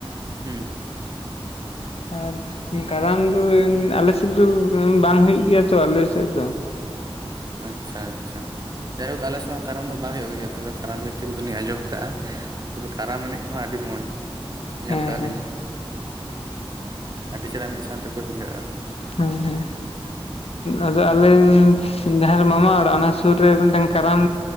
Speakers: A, on the right (about 40°); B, on the left (about 80°).
A: ᱦᱩᱸ ᱾
B: ᱟᱨ ᱠᱟᱨᱟᱢ ᱫᱚ ᱟᱞᱮᱥᱮᱫ ᱫᱚ ᱵᱟᱝ ᱦᱩᱭᱩᱜ ᱜᱮᱭᱟ ᱛᱚ ᱟᱞᱮᱥᱮᱫ ᱫᱚ ᱾
A: ᱟᱪᱪᱷᱟ ᱟᱪᱪᱷᱟ ᱾ ᱡᱟᱭᱦᱳᱠ ᱟᱞᱮ ᱥᱚ ᱦᱚᱸ ᱠᱟᱨᱟᱢ ᱫᱚ ᱵᱟᱝ ᱦᱩᱭᱩᱜ ᱜᱮᱭᱟ᱾ ᱛᱚᱵᱮ ᱠᱟᱨᱟᱢ ᱵᱤᱱᱛᱤ ᱠᱚᱫᱚᱞᱤᱧ ᱟᱸᱡᱚᱢ ᱠᱟᱜᱼᱟ ᱾ ᱛᱚᱵᱮ ᱠᱟᱨᱟᱢ ᱮᱱᱮᱡ ᱠᱚᱦᱚᱸ ᱟᱹᱰᱤ ᱢᱚᱡᱽ ᱧᱮᱞ
B: ᱦᱮᱸ
A: ᱠᱟᱜᱼᱟ
B: ᱦᱮᱸ
A: ᱞᱤᱧ ᱾ ᱟᱹᱰᱤ ᱪᱮᱦᱨᱟ ᱢᱤᱫ ᱥᱟᱶ ᱛᱮᱠᱚ ᱦᱤᱞᱟᱹᱜᱼᱟ ᱾
B: ᱦᱮᱸ ᱦᱮᱸ ᱾ ᱟᱫᱚ ᱟᱞᱤᱧ ᱡᱟᱦᱟᱸᱨᱮ ᱢᱟᱢᱟ ᱚᱲᱟᱜ ᱚᱱᱟ ᱥᱩᱨ ᱨᱮ ᱢᱤᱫᱴᱟᱝ ᱠᱟᱨᱟᱢ